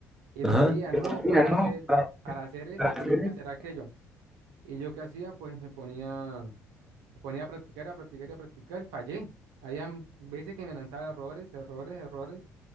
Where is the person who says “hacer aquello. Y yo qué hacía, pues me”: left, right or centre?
Right